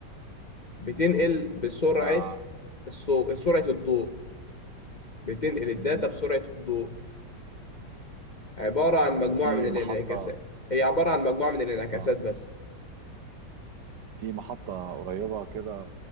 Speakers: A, on the left (about 40°); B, on the right (about 70°).
A: بتنقل
B: مظبوط
A: بسرعة
B: انا
A: الصوت سرعة الضوء بتنقل الداتا
B: مهم.
A: بسرعة الضوء عبارة
B: آه
A: عن مجموعة
B: في
A: من الانعكاسات
B: محطه
A: هي عبارة عن مجموعة من الانعكاسات
B: اه
A: بس
B: في محطه قريبه كده